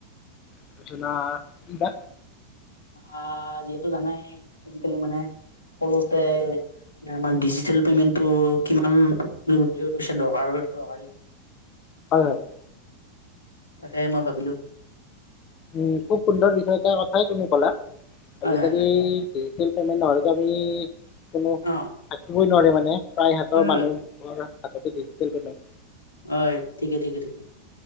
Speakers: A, on the left (about 35°); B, on the left (about 75°).
A: আলোচনা কি বা
B: আহ যিহেতু জানাই আজিকালি মানে সকলোতে মে আমাৰ ডিজিটেল পেমেণ্টটো কিমান জৰুৰী হৈ গৈছে দৰকাৰ দৰকাৰী
A: হয় হয়
B: তাকে মই ভাবিলোঁ
A: উম খুব সুন্দৰ বিষয় এটা কথাই তুমি ক'লা
B: হয়
A: আজিকালি
B: হয় হয়
A: এই পেমেণ্ট নহলেতো আমি কোনো থাকিব
B: অ
A: বই নোৱাৰে মানে প্ৰায়হাতৰ
B: হয় হয়
A: মানুহৰ তাতে ডিটেল পেমেণ্ট
B: হয় ঠিকে ঠিকে ঠিকে